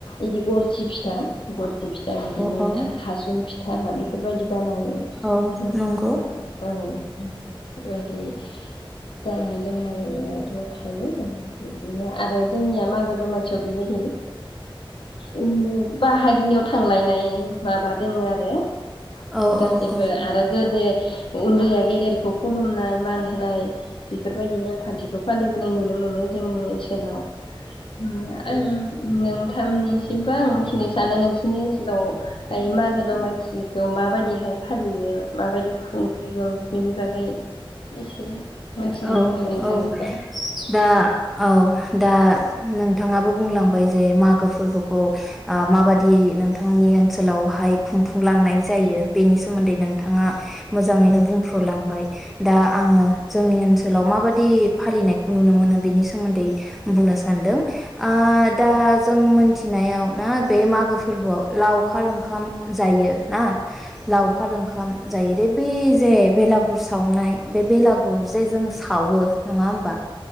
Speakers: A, on the left; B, in the centre.
A: इदि गरसि फिथा गरसि फिथा बिदिनो
B: औ
A: आरो हासुं फि था बेफोरबायदि बानायो
B: औ
A: उम
B: नंगौ
A: औ। बे <unintelligible> बायदि जानाय लोंनायाथ' थायो ओ बिदिनो आरो जोंनिया मागो दमासियाव बेबायदि ओ बाहागिनियाव थांलायनाय माबा दोङो आरो
B: औ
A: दासिमबो
B: औ औ
A: आरो गोदो उन्दैया गेदेरखौ खुलुमनाय मान होनाय बेफोरबायदि नेमखान्थिखौ फालिबोनाय नुनो मोनो जोंनि ओनसोलाव उम आं नोंथांनिसिमबो आं मिथिनो सानो नोंसोरनि ओनसोलाव हाय मागो दमासि खौ माबायदिहाय फालियो माबायदि खुंफुङो बेनि बागै एसे मिथिनो
B: औ
A: लुबैयो नोंथांनिफ्राय
B: औ दा औ दा नोंथाङाबो बुंलांबाय जे मागो फोरबोखौ ओ माबादि नोंथांनि ओनसोल- -लावहाय खुंफुंलांनाय जायो बेनि सोमोन्दै नोंथाङा मोजाङैनो बुं- लांबाय दा आङो जोंनि ओनसोलाव माबा -दि फालिनायखौ नुनो मोनो बिनि सोमोन्दै बुंनो सानदों ओ दा जों मिथिनायाव ना बे मागो फोरबोआव लाव -खार ओंखाम जायो ना लावखार ओंखाम जायो दे बे जे बेलागुर सावनाय बे बेला- -गुर जे जों सावो नङा होमबा